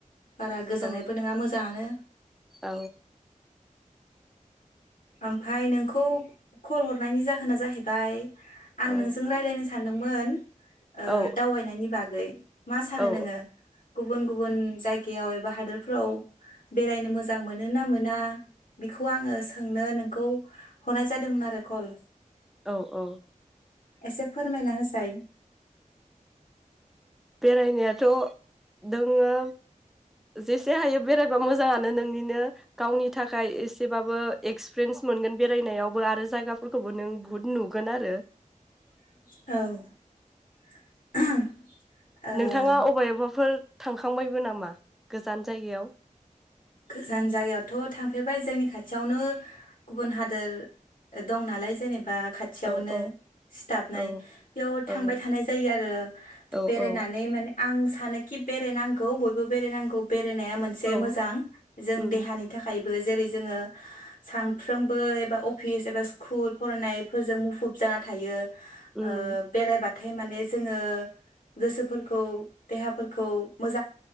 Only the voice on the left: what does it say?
बारा गोजांनायबो
नङा मोजाङानो
ओमफाय नोंखौ खल हरनायनि जाहोना जाहैबाय। आं
नोंजों रायज्लायनोसो सानदोंमोन ओ
दावबायनायनि बागै मा सानो
नोङो? गुबुन गुबुन जायगायाव एबा हादोरफोराव बेरायनो मोजां मोनो ना मोना बेखौ आङो सोंनो नोंखौ हरनाय जादोंमोन आरो। खल
एसे फोरमायना होसाय
औ ओ
गोजान जायगायावथ' थांफेरबाय जोंनि खाथियावनो गुबुन हादोर दं नालाय जेने बा खाथियावनो
सिथाबनाय
बेयाव
थांबाय थानाय जायो आरो
बेरायनानै
माने आं सानोखि बेरायनांगौ बयबो बेरायनांगौ बे रायनाया मोनसे
मोजां जों
देहानि थाखाय बो जेरै जोङो सानफ्रोमबो एबा अफिस एबा स्कुल फरायनायफोरजों मुखुब जाना थायो
ओ बेरायबाथ थाय माने जोङो गोसो